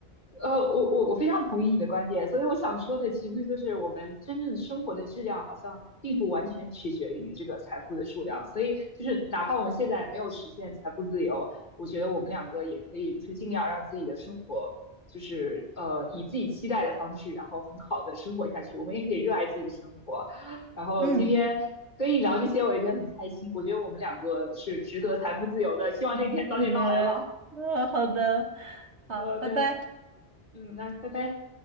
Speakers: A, on the left; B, on the right.
A: 呃，我我我非常同意你的观点，所以我想说的其实就是我们真正生活的质量好像并不完全取决于这个财富的数量，所以就是哪怕我们现在没有实现财富自由，我觉得我们两个也可以就是尽量让自己的生活就是呃以自己期待的方式，然后很好的生活下去，我们也可以热爱自己的生活。然后今天跟你聊这些，
B: 嗯，
A: 我也觉得很开心，我觉得我们两个是值得财富自由的，希望这一天早点到来吧。
B: 嗯，嗯，好的，好，
A: 呃，
B: 拜拜。
A: 对。嗯，那拜拜。